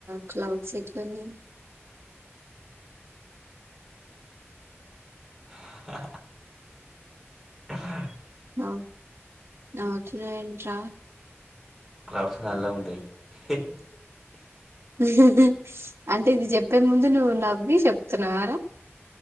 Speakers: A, on the right; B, in the centre.
A: క్లౌడ్స్ ఎట్లని
B: హా హా
A: ఆ నవ్వుతున్నావంట్రా
B: క్లౌడ్స్ నల్లగా ఉంటాయి హి హి
A: హుహూ అంటే ఇది చెప్పే ముందు నువ్వు నవ్వి చెప్తున్నావారా